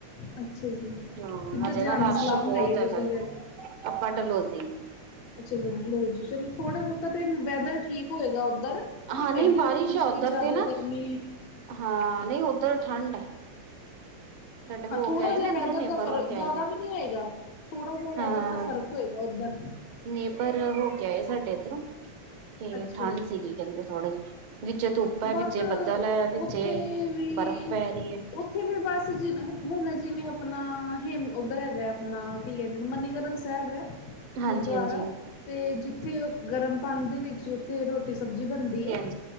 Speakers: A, on the left; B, on the right.
A: ਅੱਛਾ ਜੀ।
B: ਹਾਂ
A: ਕਿੱਧਰ
B: ਹਜੇ
A: ਜਾਣ
B: ਨਾ
A: ਦੀ
B: ਰਸ਼
A: ਸਲਾਹ ਬਣਾਈ
B: ਬਹੁਤ
A: ਹੈ
B: ਹੈਗਾ।
A: ਤੁਸੀਂ ਫਿਰ?
B: ਆਪਾਂ ਡਲਹੋਜ਼ੀ
A: ਅੱਛਾ ਚਲੋ ਜੀ ਚਲੋ ਥੋੜਾ ਬਹੁਤਾ ਤੇ ਵੈਦਰ ਠੀਕ ਹੋਏਗਾ ਓਧਰ।
B: ਹਾਂ ਨਹੀਂ
A: ਇੱਧਰ
B: ਬਾਰਿਸ਼
A: ਆਪਣਾ ਜਿਵੇਂ
B: ਆ ਉੱਧਰ
A: ਜ਼ਿਆਦਾ
B: ਤੇ ਨਾ
A: ਗਰਮੀ ਹੈ।
B: ਹਾਂ ਨਹੀਂ ਉੱਧਰ ਠੰਡ ਹੈ। ਸਾਡੇ ਹੋ
A: ਹਾਂ ਥੋੜਾ
B: ਕੇ ਆਏ
A: ਜਿਹਾ
B: ਨੇ ਇੱਧਰੋਂ
A: ਵੈਦਰ
B: ਨੇਬਰ
A: ਦਾ ਫਰਕ
B: ਹੋ ਕੇ
A: ਜ਼ਿਆਦਾ
B: ਆਏ ਨੇ
A: ਵੀ ਨਹੀਂ ਹੋਏਗਾ ਥੋੜਾ ਜਿਹਾ
B: ਹਾਂ
A: ਵੈਦਰ ਦਾ ਫਰਕ। ਹੋਏਗਾ ਉਧਰ।
B: ਨੇਬਰ ਹੋ ਕੇ ਆਏ ਸਾਡੇ ਇੱਧਰੋਂ ਤੇ
A: ਅੱਛਾ
B: ਠੰਡ
A: ਜੀ
B: ਸੀਗੀ ਕਹਿੰਦੇ ਥੋੜੀ। ਵਿੱਚ ਧੁੱਪ ਹੈ
A: ਬਸ
B: ਵਿੱਚ ਬੱਦਲ ਹੈ ਵਿੱਚ
A: ਉੱਥੇ ਵੀ
B: ਬਰਫ਼ ਪੈ ਰਹੀ ਹੈ।
A: ਉੱਥੇ ਵੀ ਬਸ ਜਿ ਹੁਣ ਅ ਜਿਵੇਂ ਆਪਣਾ ਹੇਮ ਉੱਧਰ ਹੈਗਾ ਆਪਣਾ। ਕੀ ਕਹਿੰਦੇ ਮੰਨੀਕਰਨ ਸਾਹਿਬ ਗਏ?
B: ਹਾਂਜੀ
A: ਗੁਰਦੁਆਰਾ
B: ਹਾਂਜੀ
A: ਤੇ ਜਿੱਥੇ ਗਰਮ ਪਾਣੀ ਦੇ ਵਿੱਚ। ਅਤੇ ਰੋਟੀ ਸਬਜ਼ੀ ਬਣਦੀ ਹੈ।
B: ਜੀ ਹਮ